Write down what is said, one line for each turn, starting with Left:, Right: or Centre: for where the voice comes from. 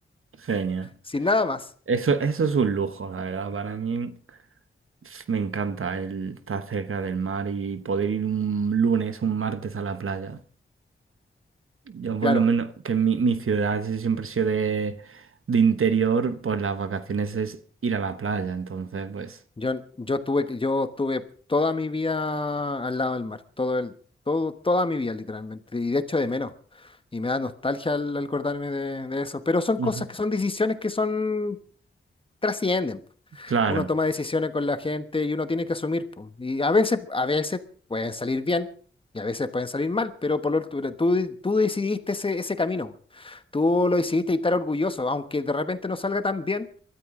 Right: Genial.
Left: sin nada más.
Right: Eso, eso es un lujo, la verdad. Para mí pf, me encanta el estar cerca del mar y poder ir un lunes, un martes a la playa. Yo
Left: Claro,
Right: por lo menos, que en mi, mi ciudad sí siempre ha sido de, de interior, pues las vacaciones es ir a la playa, entonces pues...
Left: yo, yo tuve, que- yo tuve toda mi vida al lado del mar, todo el, todo, toda mi vida literalmente, y de hecho de menos. Y me da nostalgia al, al acordarme de, de eso. Pero son
Right: Ujú.
Left: cosas que son decisiones que son, trascienden.
Right: Claro,
Left: Uno toma decisiones con la gente y uno tiene que asumir. po. Y a veces, a veces pueden salir bien y a veces pueden salir mal, pero por lo tú, tú tú decidiste ese, ese camino. Tú lo decidiste y estar orgulloso, aunque de repente no salga tan bien.